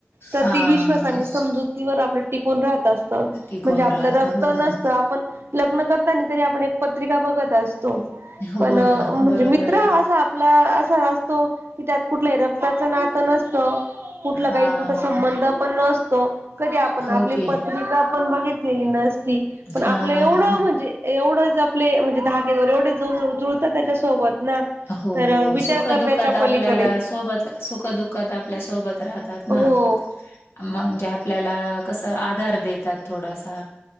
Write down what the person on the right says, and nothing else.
तर
ती विश्वासा समजूत. आपलं टिकून राहत असत म्हणजे
आपलं
रक्त
नसतं
आपण. लग्न करतानी तरी आपण एक पत्रिका बघत असतो
पण म्हणजे
मित्र
असा. आपला असा असतो. की त्यात कुठलं रक्ताचं नातं नसतं कुठलं
काही कुठ संबंध पण नसतो. कधी आपण आपली
पत्रिका पण बघितलेली नसती पण आपलं
एवढं म्हणजे. एवढंच आपले म्हणजे धागेजर एवढे जु जुळतात त्याच्यासोबत ना.
तर विचार
करण्याच्या पलीकडेच
हो.